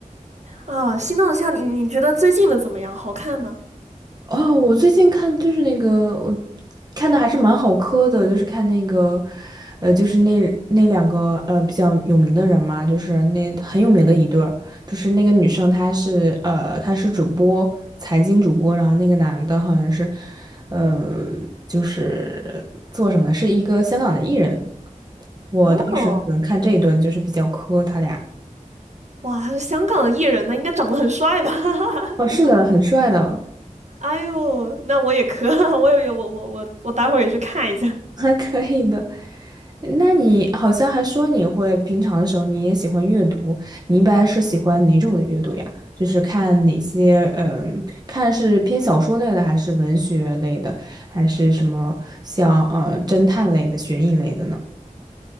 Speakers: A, on the right; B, on the right.
A: 啊。《心动的信号》，你你觉得最近的怎么样？好看吗？
B: 哦，我最近看就是那个，我看的还是蛮好磕的，就是看那个，呃，就是那那两个呃比较有名的人嘛，就是那很有名的一对儿，就是那个女生她是呃她是主播，财经主播，然后那个男的好像是，呃，就是做什么是一个香港的艺人，我当时可能看这一段就是比较磕他俩，
A: 哦，哇，他是香港的艺人呢，应该长得很帅吧？<laughs>
B: 哦，是的，
A: 就说，
B: 很帅的，
A: 哎呦，那我也可，<laughs> 我有有我我我我待会儿也去看一下。
B: <laughs> 还可以的。那你好像还说你会平常的时候你也喜欢阅读，你一般是喜欢哪种的阅读呀？就是看哪些，嗯，看是偏小说类的，还是文学类的，还是什么像呃侦探类的、悬疑类的呢？